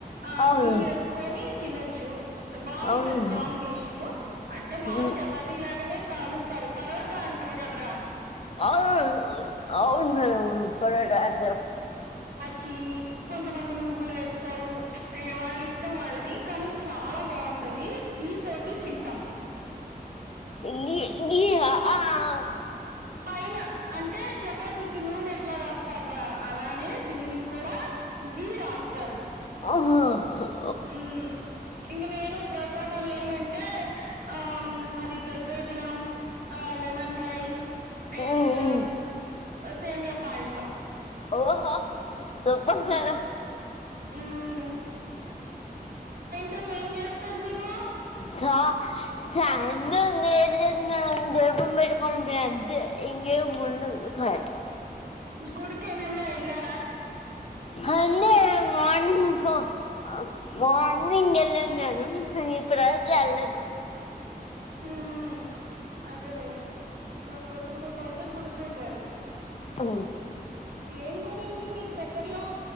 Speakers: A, on the right; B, on the left.
A: ఆ
B: అవును
A: గీ ఏసుకొని తినొచ్చు బాగుంటది
B: అవును మేడం
A: కాంబినేషను అంటే మౌలు
B: ఉమ్,
A: చపాతీలె ఆగనే కాలుస్తారు పరోటా అంటరు గదరా
B: అవు అవునవును పరాట అచ
A: ఛీ కొంతమంది నువ్వులు ఏస్తారు ఏ వాళ్ళ ఇష్టం వాళ్ళది కానీ చాలా బాగుంటది గీ తోటి తింటం
B: ఇంగి గీయా ఆ ఆ
A: పైన అంటే చపాతికి నూనె ఎట్లా రాస్తారు అ అలానే దీనిగ్గూడా గీ రాస్తారు
B: ఒహోహొ
A: ఊమ్ ఇంగ నేను ప్రసాద్ లలు ఏమంటే ఆమ్ అది దద్దోజనం ఆ లెమన్ రైస్
B: ఊ
A: అండ్
B: ఊమ్
A: సేమియా పాయసం
B: ఓహో సుప్పర్ సారా
A: ఉమ్, ఉమ్, త్రం ఏం చేస్తారు మీరు
B: స స వేళదిన్నా ఉ ఇ మరు కొ ఎంత ఎ ము స
A: కుడుకేనల ఎలా
B: అడి మార్నింగ్తో మ గెళ్ళందను సీపు రా లే అలేదు
A: హ హ అదేలే ఇక పోధున పుటయి గుడికెళ్ళారు
B: పో
A: ఏం గుడి ఉంది మీకు దగ్గర్లో